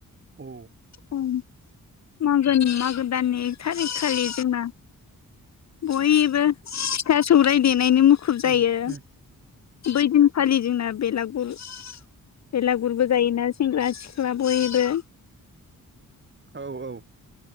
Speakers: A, on the right; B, on the left.
A: औ।
B: औ मागो मागो दाननि एक थारिख खालि जोंना बयबो फिथा सौरायाइ देनायनि म मुखुब जायो
A: उम उम
B: बै दिनखालि जोंना बेलागुर बेलागुरबो जायोना सेंग्रा सिख्ला बयबो
A: औ औ